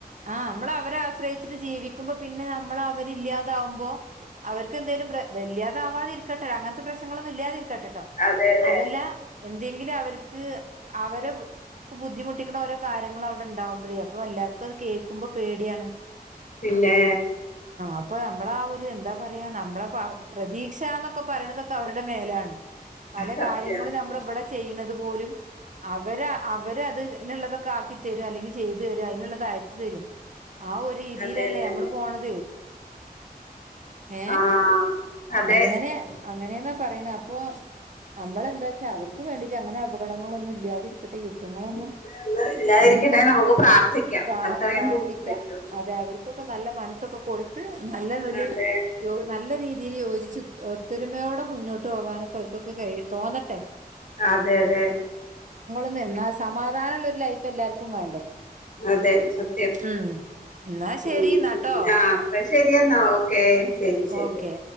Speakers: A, on the right; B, on the left.
A: ആഹ് നമ്മള് അവരെ ആശ്രയിച്ചിട്ട് ജീവിക്കുമ്പോ പിന്നെ മ്മള് അവരില്ല്യാതാവുമ്പോ അവർക്ക് എന്തേലും വല്ലാതാവാതിരിക്കട്ടെ അങ്ങനത്തെ പ്രശ്നങ്ങളൊന്നും ഇല്ലാതിരി ക്കട്ടട്ടോ
B: അതെ അതെ
A: അതല്ല എന്തെങ്കിലും അവര്ക്ക് അവരെ ബുദ്ധിമുട്ടിക്കണ ഓരോ കാര്യങ്ങള് അവടെ ഇണ്ടാകുമ്പഴേ അപ്പ <unintelligible> എല്ലാർക്കും അത് കേക്കുമ്പോ പേടിയാണ്
B: പിന്നെ
A: അപ്പോ നമ്മളാ ഒരു എന്താ പറയാ നമ്മളെ പ്രതീക്ഷാന്നൊക്കെ പറയണതൊക്കെ അവരുടെ മേലാണ് പല
B: സത്യം
A: കാര്യങ്ങളും നമ്മള് ഇവടെ ചെയ്യണത് പോലും അവര് അവരതിനുള്ളതൊക്കെ ആക്കി തരും അല്ലെങ്കി ചെയ്ത് തരും, അയിനുള്ളത് അയച്ച് തരും, ആ ഒരു രീതിയിലല്ലേ
B: അതെ അതെ
A: അമ്മള്
B: അതെ
A: പോണത്. ഏഹ്
B: ആ അതെ
A: അങ്ങനെ അങ്ങനെന്നാ പറയ്ന്നെ അപ്പോ നമ്മളെന്താച്ചാ അവർക്ക് വേണ്ടീട്ട് അങ്ങനെ അപകടങ്ങളൊന്നും ഇല്ലാതിരിക്കട്ടെ യുദ്ധങ്ങളൊന്നും.
B: ഇന്ന് ഇല്ലാതിരിക്കട്ടെ
A: അങ്ങനൊന്നും ഇല്
B: നമുക്ക് പ്രാർത്ഥിക്കാം
A: പ്രാ
B: അത്രയും
A: പ്രാർത്ഥിക്കാം,
B: നമുക്ക് പറ്റൂ
A: അതെ അവർക്കൊ ക്കെ നല്ല മനസ്സൊക്കെ കൊടുത്ത് നല്ലതില്
B: അതെ
A: യോ നല്ല രീ തി യോജിച്ച് ഉത് ഒത്തൊരുമയോടെ മുന്നോട്ട് പോകാനൊക്കെ അവർക്കൊക്കെ കഴി തോന്നട്ടെ.
B: അതെ അതെ.
A: മ് എന്നാ സമാധാനുള്ള ഒരു ലൈഫ് എല്ലാർക്കും വേണ്ടേ?
B: അതെ സത്യം
A: ഉം എന്നാ ശരി
B: മ്
A: എന്നാട്ടോ
B: ആഹ് ഇപ്രാശ് ശെരിയെന്നാ ഓക്കെ ശെരി ശെരി
A: ഓക്കെ
B: ഓ